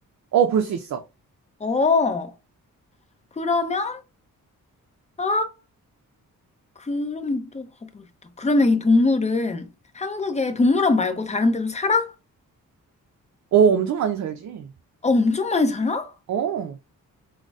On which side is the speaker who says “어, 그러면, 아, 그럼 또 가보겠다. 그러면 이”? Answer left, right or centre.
Left